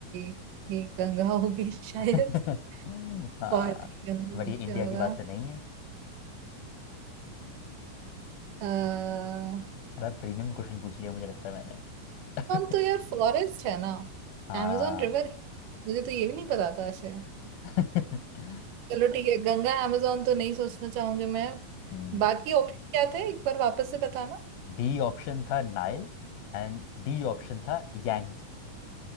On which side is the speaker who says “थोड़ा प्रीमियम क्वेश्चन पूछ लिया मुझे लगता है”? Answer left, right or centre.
Left